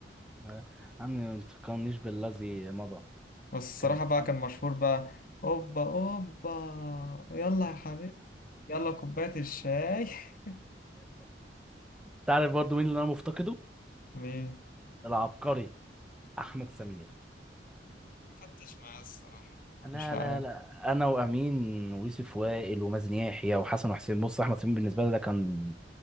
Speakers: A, in the centre; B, on the left.
A: آه، عمي ما تفكرنيش بالذي مضى
B: بس الصراحة
A: كانت
B: بقى
A: طبعا.
B: كان مشهور بقى أوبا أوبا يلا يا حبيبي يلا كوباية الشاي <laughs>
A: تعرف برضو مين اللي انا مفتقده
B: مين؟
A: العبقري احمد سمير
B: فتش معاه الصراحة
A: لا
B: مش عارف
A: لا لا انا وامين ويوسف وائل ومازن يحيى وحسن وحسين بص احمد سمير بالنسبه لي ده كان